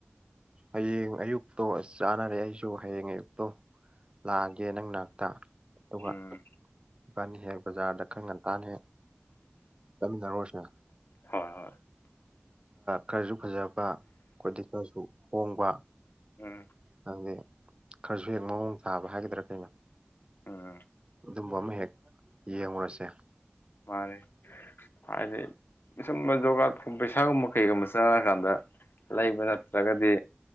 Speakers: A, on the right; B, on the left.
A: ꯍꯌꯦꯡ ꯑꯌꯨꯛꯇꯣ ꯑꯁ ꯆꯥꯟꯅꯔꯦ ꯑꯩꯁꯨ ꯍꯌꯦꯡ ꯑꯌꯨꯛꯇꯣ ꯂꯥꯛꯑꯒꯦ ꯅꯪ ꯅꯥꯛꯇ ꯑꯗꯨꯒ
B: ꯎꯝ
A: ꯏꯕꯥꯅꯤ ꯍꯦꯛ ꯕꯖꯥꯔꯗ ꯈꯔ ꯉꯟꯇꯥꯅ ꯍꯦꯛ ꯆꯠꯃꯤꯟꯅꯔꯨꯔꯁꯦ
B: ꯍꯣꯏ ꯍꯣꯏ
A: ꯈꯔꯁꯨ ꯐꯖꯕ <unintelligible> ꯈꯔꯁꯨ ꯍꯣꯡꯕ
B: ꯎꯝ
A: ꯍꯥꯏꯗꯤ ꯈꯔꯁꯨ ꯍꯦꯛ ꯃꯑꯣꯡ ꯇꯥꯕ ꯍꯥꯏꯒꯗ꯭ꯔꯥ ꯀꯩꯅꯣ
B: ꯎꯝ
A: ꯑꯗꯨꯝꯕ ꯑꯃ ꯍꯦꯛ ꯌꯦꯡꯉꯨꯔꯁꯦ
B: ꯃꯥꯅꯦ ꯍꯥꯏꯗꯤ ꯁꯨꯝꯕ ꯖꯣꯒꯥꯝ ꯄꯩꯁꯥꯒꯨꯝꯕ ꯀꯩꯒꯨꯝꯕ ꯆꯪꯉꯀꯥꯟꯗ ꯂꯩꯕ ꯅꯠꯇ꯭ꯔꯒꯗꯤ